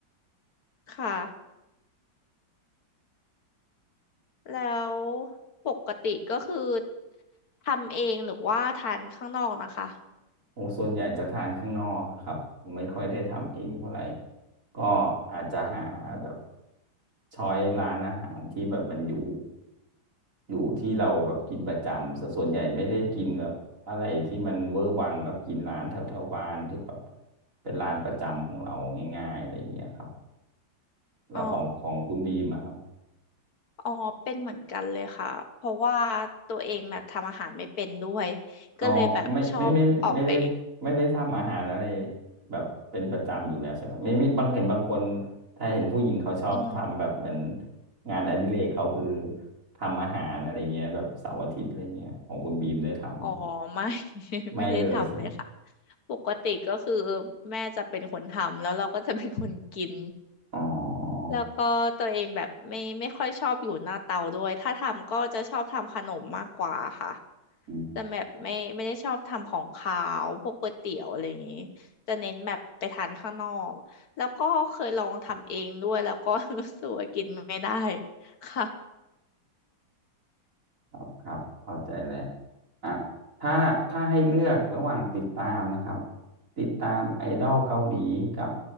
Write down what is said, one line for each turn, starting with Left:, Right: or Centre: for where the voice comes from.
Left: ค่ะแล้วปกติก็คือทำเองหรือว่าทานข้างนอกนะคะ
Right: โอ้ส่วนใหญ่จะทานข้างนอกอะครับผมไม่ค่อยได้ทำเองเท่าไหร่ก็อาจจะหาแบบช้อยร้านอาหารที่แบบมันอยู่อยู่ที่เราแบบกินประจำสส่วนใหญ่ไม่ได้กินแบบอะไรที่มันเวอร์วังก็กินร้านแถวแถวบ้านที่แบบเป็นร้านประจำของเราง่ายๆอะไรอย่างเงี้ยครับแล้วของของคุณบีมอะครับ
Left: อ๋ออ๋อเป็นเหมือนกันเลยค่ะเพราะว่าตัวเองแบบทำอาหารไม่เป็นด้วย
Right: อ๋อไม่ไม่ไม่ไม่ได้
Left: ก็เลยแบบชอบออกไป
Right: ไม่ได้ทำอาหารอะไรแบบเป็นประจำอยู่แล้วใช่ไหมไม่มีบางเห็นบางคนถ้าเห็นผู้หญิงเขาชอบทำแบบเหมือน
Left: อืม
Right: งานอดิเรกเขาคือทำอาหารอะไรเงี้ยแบบเสาร์อาทิตย์อะไรเงี้ยของคุณบีมได้ทำไหมครับ
Left: อ๋อไม่ <laughs>
Right: ไม่เลยใช่ไหม
Left: ไม่ได้ทำเลยค่ะปกติก็คือแม่จะเป็นคนทำแล้วเราก็จะเป็นคนกิน
Right: อ๋อ
Left: แล้วก็ตัวเองแบบไม่ไม่ค่อยชอบอยู่หน้าเตาด้วยถ้าทำก็จะชอบทำขนมมากกว่าค่ะ
Right: อืม
Left: แต่แบบไม่ไม่ได้ชอบทำของคาวพวกก๋วยเตี๋ยวอะไรอย่างนี้จะเน้นแบบไปทานข้างนอกแล้วก็เคยลองทำเองด้วยแล้วก็ <laughs> รู้สึกว่ากินไม่ได้ค่ะ
Right: ครับครับเข้าใจแล้วอ่ะถ้าถ้าให้เลือกระหว่างติดตามนะครับติดตามไอดอลเกาหลีกับ